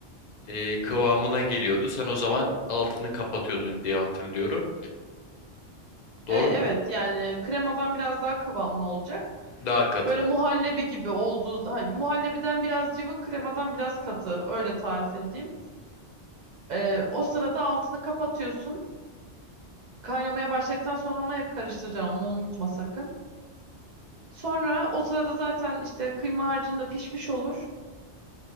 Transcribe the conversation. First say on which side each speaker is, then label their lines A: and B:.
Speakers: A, on the left (about 55°); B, on the right (about 55°).
A: e, kıvamına geliyordu. Sen o zaman altını kapatıyordun diye hatırlıyorum. Doğru
B: E, evet
A: mu?
B: yani kremadan biraz daha kıvamlı olacak.
A: Daha katı.
B: Böyle muhallebi gibi olduğu, hayır, muhallebiden biraz cıvık, kremadan biraz katı öyle tarif edeyim. E, o sırada altını kapatıyorsun. Kaynamaya başladıktan sonra ama hep karıştıracaksın onu unutma sakın. Sonra o sırada zaten işte kıyma harcın da pişmiş olur.